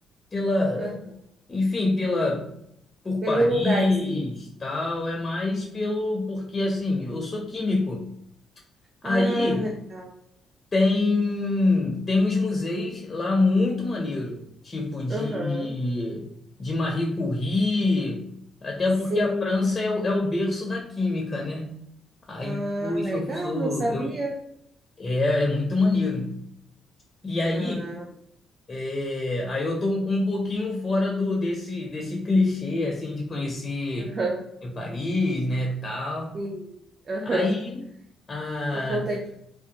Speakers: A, on the left (about 30°); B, on the right (about 45°).
A: pela,
B: Aham.
A: enfim, pela por
B: Pelo
A: Paris,
B: lugar em si.
A: tal, é mais pelo porque assim, eu sou químico. Aí
B: Ah, legal.
A: tem tem os museus lá muito maneiro, tipo de
B: Aham.
A: de Marie Curie, até
B: Sim.
A: porque a França é, o- é o berço da química, né? Aí,
B: Ah,
A: poxa,
B: legal.
A: eu sou,
B: Não sabia.
A: eu, é, é muito maneiro. E aí
B: Ah,
A: É, aí eu tô um um pouquinho fora do desse desse clichê assim de conhecer
B: aham.
A: é, Paris, né, tal.
B: Sim. Aham.
A: Aí a
B: Por conta de